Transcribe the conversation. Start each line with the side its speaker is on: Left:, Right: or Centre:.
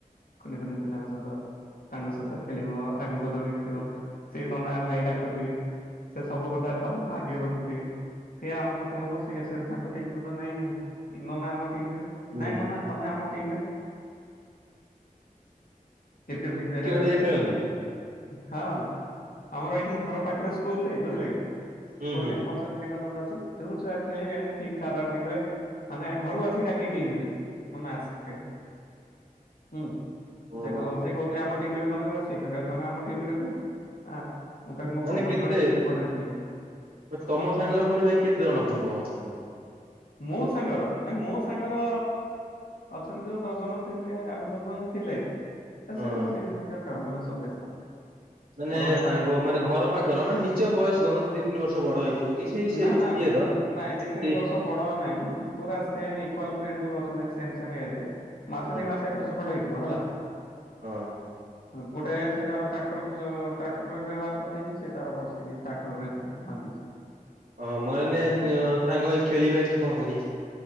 Left: କୁନି କୁନି ପିଲାଙ୍କ ସହିତ। ତାଙ୍କ ସହିତ ଖେଳିବ, ତାଙ୍କ ସହିତ ମିଶିବ, ସିଏ ନନା, ଭାଇ ଡାକୁଥିବେ। ସେ ସବୁ କଥାରେ ତମକୁ ଆଗରେ ରଖୁଥିବେ। ସେ ଆମ ପଟେ ହବ। ସିଏ ସେଇଠୁ ତାଙ୍କ ଟିମ କହୁଥିବ ନାଇଁ ନାଇଁ ନନା ଆମ ଟିମରେ।
Right: ହୁଁ
Left: ନାଇଁ
Right: ହୁଁ
Left: ନନା ତମେ ଆମ ଟିମରେ। କ୍ରିକେଟ ଫିକେଟ ହେଲେ
Right: ହେରିକା ଖେଳନ୍ତି
Left: ହଁ ଆମର ଏଇଠି ଘର ପାଖରେ ସ୍କୁଲ ଟେ ବୁଝିଲେ କି?
Right: ହୁଁ
Left: ସ୍କୁଲ
Right: ହୁଁ
Left: ଟେ ପ <unintelligible> ଅଛି ଯୋଉ ଛୁଆ ଖେଳିବେ ଠିକ <unintelligible> ଟାଇମ ରେ। ମାନେ ଘରୁ ଆସି ଡାକି ନେଇଯିବେ। ନନା ଆସେ ଖେଳି ହୁଁ,
Right: ଓହୋ।
Left: ସେଠୁ ସେ କହୁିଥିବେ ଆମ ଟିମରେ ତମେ ରୁହ। ସେ କହିବ ତମେ ଆମ ଟିମ ରେ ରୁହ। ତାପରେ ମୁଁ
Right: ମାନେ
Left: କମନ
Right: କେତେ
Left: ରହିବି ଦିପଟରେ ଖେଳିବି।
Right: ତମ ସାଙ୍ଗର ପୁଣି ଭାଇ କେତେ ଜଣ ପୁଣି କଣ ଅଛନ୍ତି?
Left: ମୋ ସାଙ୍ଗର? ନା ମୋ ସାଙ୍ଗର ଅଛନ୍ତି ଯୋଉ ଦଶ ଜଣ ଥିଲେ, ଆଠ ଦଶ ଜଣ ଥିଲେ,
Right: ହଁ।
Left: ସେ ସବୁ ନିଜ ନିଜ କର୍ମରେ ସବୁ ବ୍ୟସ୍ତ।
Right: ମାନେ
Left: ମୋର ଗୋଟେ
Right: ସାଙ୍ଗ ମାନେ ଘର ପାଖର। ମାନେ ନିଜ ବୟସ୍କ ମାନେ ଦି ତିନି ବର୍ଷ ବଡ ହେଇଥିବ କି ସେଇ ସେଇ
Left: ନା ନା
Right: ଇଏର।
Left: ନାଇଁ ଦି ତିନି
Right: ସେଇ
Left: ବର୍ଷ ବଡ ନାଇଁ। ପୁରା ସେମ ଇକୁଆଲ ଫ୍ରେଣ୍ଡ ଯୋଉ ଅଛନ୍ତି ସେମ ସେମ ଏଜେ ମାସେ
Right: ହଁ
Left: ଦି ମାସେ ଏପଟ ସେପଟ ହେଇଥିବ ହେଲା।
Right: ହଁ
Left: ଗୋଟେ ସେ ତାର ଟ୍ରାକ୍ଟର ଚ ଟ୍ରାକ୍ଟର ବ୍ୟବହାର କରିଦେଇଛି ସେ ତାର ବସିକି ଟ୍ରାକ୍ଟର ରେ ମାତିଛି।
Right: ହଁ ମୋ ଏନେ
Left: ହୁଁ
Right: ସାଙ୍ଗ ହେଇ ଖେଳିବା କି କଣ କରିବା?